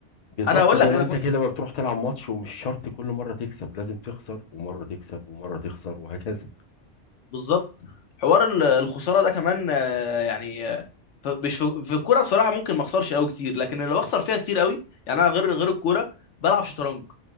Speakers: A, on the left; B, on the left.
A: بالظبط
B: انا هقول
A: زي
B: لك
A: ما
B: انا
A: انت
B: كنت
A: كده ما بتروح تلعب ماتش ومش شرط كل مره تكسب لازم تخسر ومره تكسب ومره تخسر وهكذا
B: بالظبط حوار ال- الخساره ده كمان آه، يعني ف- مش في, في الكوره بصراحه ممكن ما اخسرش قوي كتير لكن اللي بخسر فيها كتير قوي يعني انا غير غير الكوره بلعب شطرنج